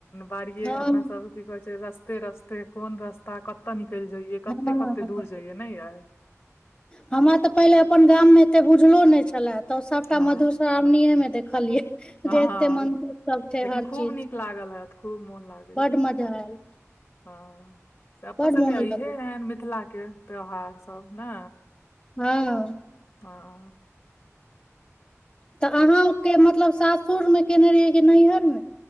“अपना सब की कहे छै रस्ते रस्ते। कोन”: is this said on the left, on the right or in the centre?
Left